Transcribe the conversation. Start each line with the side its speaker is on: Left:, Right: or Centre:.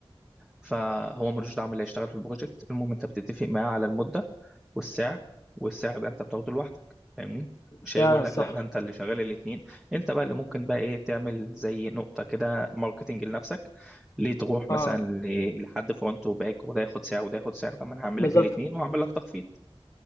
Centre: فهو ملوش دعوه باللي هيشتغل في البروجكت المهم انت بتتفق معاه على المده والسعر والسعر ده انت بتاخده لوحدك فاهمني مش
Left: فعلًا
Centre: هيجي يقول
Left: صح،
Centre: لك لا ده انت اللي شغال الاثنين انت بقى اللي ممكن بقى ايه تعمل زي نقطه كده ماركتنج لنفسك ليه تروح مثلا
Left: آه،
Centre: ل- لحد فرونت وباك وده ياخد سعر وده ياخد سعر طب ما انا هعمل
Left: بالضبط.
Centre: لك الاثنين وهعمل لك تخفيض